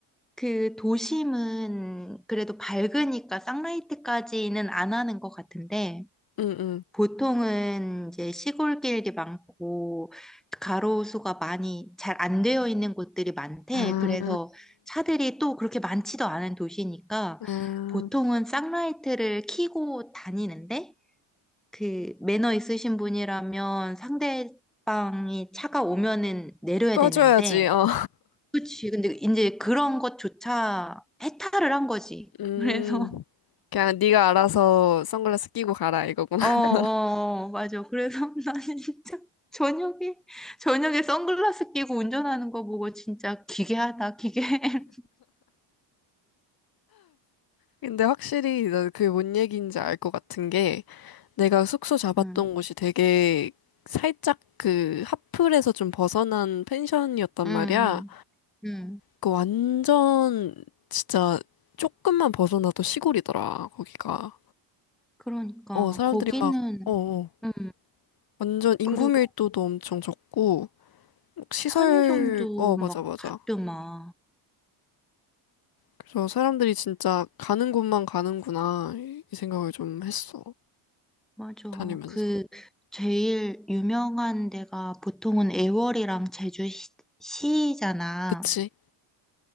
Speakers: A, in the centre; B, on the left.
A: 그 도심은 그래도 밝으니까 쌍라이트까지는 안 하는 것 같은데
B: 응, 응.
A: 보통은 이제 시골길이 많고 가로수가 많이 잘 안 되어 있는 곳들이 많대.
B: 아,
A: 그래서 차들이 또 그렇게 많지도 않은 도시니까
B: 아,
A: 보통은 쌍라이트를 켜고 다니는데 그 매너 있으신 분이라면 상대방이 차가 오면은 내려야
B: 꺼줘야지,
A: 되는데
B: 어.
A: 그치. 근데 이제 그런 것조차 해탈을 한 거지.
B: 음,
A: 그래서
B: 그냥 네가 알아서 선글라스 끼고 가라, 이거구나.
A: 어,
B: <laughs>
A: 어, 어, 맞아. 그래서 <laughs> 나는 진짜 저녁에, 저녁에 선글라스 끼고 운전하는 거 보고 진짜 기괴하다, 기괴. <laughs>
B: 근데 확실히 나 그게 뭔 얘기인지 알 것 같은 게, 내가 숙소 잡았던
A: 응,
B: 곳이 되게 살짝 그 하플에서 좀 벗어난 펜션이었단
A: 응,
B: 말이야.
A: 응. 응.
B: 그 완전 진짜 조금만 벗어나도 시골이더라, 거기가.
A: 그러니까,
B: 어, 사람들이
A: 거기는,
B: 막, 어, 어,
A: 응.
B: 완전 인구
A: 그리고
B: 밀도도 엄청 적고, 시설,
A: 편의점도
B: 어,
A: 막
B: 맞아, 맞아.
A: 닫더만.
B: 그래서 사람들이 진짜 가는 곳만 가는구나, 이, 이 생각을 좀 했어.
A: 맞아.
B: 다니면서.
A: 그, 제일 유명한 데가 보통은 애월이랑 제주시잖아.
B: 그치?